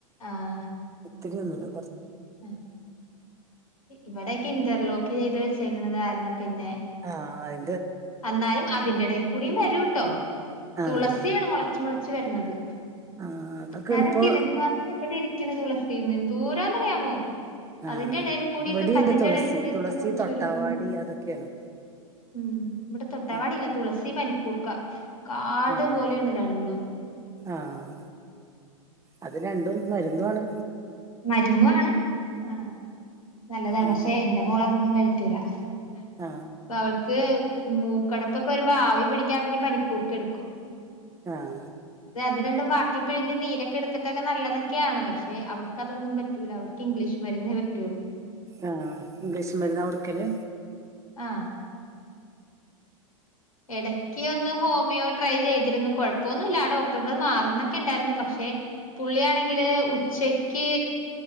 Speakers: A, on the left; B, on the right.
A: ആ
B: തിരിന്നല്ലോ
A: ആ ഇവിടെ ഇന്റർലോക്ക് ചെയ്ത് വെച്ചേക്കുന്നത് കാരണം പിന്നെ
B: ആഹ ആയി
A: എന്നാലും അതിന്റെ ഇടയിൽ കൂടിയും വരൂട്ടോ
B: ആഹ്
A: തുളസിയാണ് മുള പച്ച മുളച്ച് വരണത്
B: ആഹ് അതൊക്കെ
A: ഞാനൊക്കെ
B: എളുപ്പം
A: ഇതിന് മാത്രം എവിടെ ഇരിക്കണ തുളസി ചെയ്യുന്നുണ്ട് ദൂരാന്ന്റിയാമോ
B: ആഹ്
A: അതിന്റെ ഇടൽ കൂടിയൊക്കെ
B: ഇവിടിണ്ട്
A: കല്ലിന്റെ
B: തുളസി
A: ഇടയിൽ കൂടി
B: തുളസി
A: ഒക്കെ മുളിച്ചു
B: തൊട്ടാവാടി
A: വരും ഉം
B: അതൊക്കെയാണ്
A: ഉം ഇവിടെ തൊട്ടവാടില്ല
B: ഉം
A: തുളസി പനിക്കൂർക്ക കാട്
B: ആഹ്
A: പോലെയാണ് രണ്ടും
B: ആഹ് അത് രണ്ടും മരുന്നുന്നാണ്
A: മരുന്നാ ണ് ആ നല്ലതാണ്
B: ഉം
A: പക്ഷെ എന്റെ മോള്അതൊന്നും കഴിക്കൂല അപ്പ
B: ആ
A: അവൾക്ക് മൂക്കടപ്പൊക്കെ വരുമ്പോ ആവി പിടിക്കാൻ വേണ്ടി പനിക്കൂർക്ക് എടുക്കും
B: ആഹ
A: ഇത് രണ്ടും വാട്ടിപ്പിഴഞ്ഞ് നീരൊക്കെ എടുത്തിട്ടൊക്കെ നല്ലതൊക്കെയാണ് പക്ഷേ അവൾ ക്കതൊന്നും പറ്റൂല്ല. അവൾക്ക് ഇംഗ്ലീഷ് മരുന്നേ പറ്റുള്ളൂ.
B: ആ ഇംഗീഷ് മരുന്നാ ഒടുക്കല്
A: ആ ഇടക്ക് ഒന്ന് ഹോമിയോ ട്രൈ ചെയ്തിരുന്നു കൊഴ പ്പൊന്നുല്ല ആ ഡോക്ടറ മാറുന്ന ണ്ടാരുന്നു പക്ഷെ പുള്ളിയാണെങ്കില് ഉച്ചക്ക്